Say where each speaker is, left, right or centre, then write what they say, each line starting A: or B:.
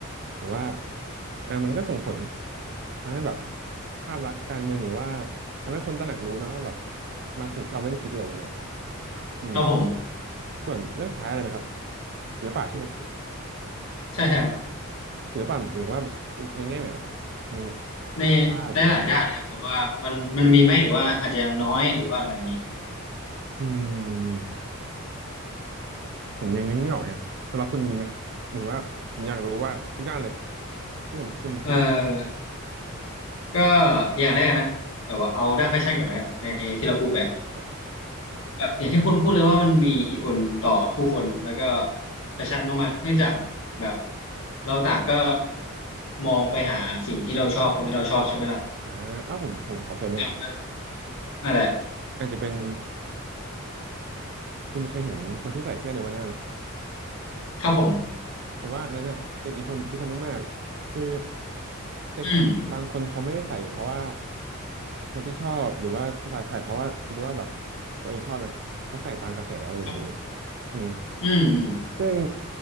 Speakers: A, on the right (about 50°); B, on the left (about 70°).
A: หรือว่าอ่ามันก็ส่งผลทำให้แบบภาพลักษณ์การเมืองหรือว่าทำให้คนตระหนักรู้เนอะว่าแบบบางสิ่งที่เราไม่ได้คิดอะไรอย่างเงี้ยอืม
B: ครับผม
A: ส่วนเรื่องสุดท้ายเลยนะครับศิลปะใช่ไหม
B: ใช่ครับ
A: ศิลปะหมายถึงว่าในแง่ไหนนะครับในเครื่องวาดหรือว่า
B: ในในหลายๆด้านนะครับแบบว่ามันมันมีไหมหรือว่าอาจจะยังน้อยหรือว่าอะไรอย่างนี้
A: อืมผมยังนึกไม่ออกฮะสำหรับคุณมีไหมหมายถึงว่าผมอยากรู้ว่าทุกด้านเลยที่ผมคุณคิดอ่ะ
B: เออ ก็อย่างแรกนะแบบว่าเอาด้านแฟชั่นก่อนแล้วกันในที่เราพูดไป
A: อืมนะครับ
B: แบบอย่างที่คุณพูดเลยว่ามันมีอิทธิพลต่อผู้คนแล้วก็แฟชั่นมากๆเนื่องจากแบบเราต่างก็มองไปหาสิ่งที่เราชอบคนที่เราชอบใช่ไหมล่ะ
A: อ่าอ้าวผมผมขอเสริมหน่อย
B: อย่างแบบอะไร
A: อาจจะเป็นคุณเคยเห็นคนที่ใส่เสื้อเนวาน่าไหม
B: ครับผม
A: ผมว่าอันนั้นเนี่ยเป็นอิทธิพลอิทธิพลมากๆคือคือช่างบางคนเขาไม่ได้ใส่เพราะว่า
B: อืม
A: คนที่ชอบหรือว่าสบายใส่เพราะว่าคิดว่าแบบตัวเองชอบนะเขาใส่ตามกระแสอะไรอย่างนี้
B: ครับผม
A: อืม
B: อืมอืม
A: ซึ่ง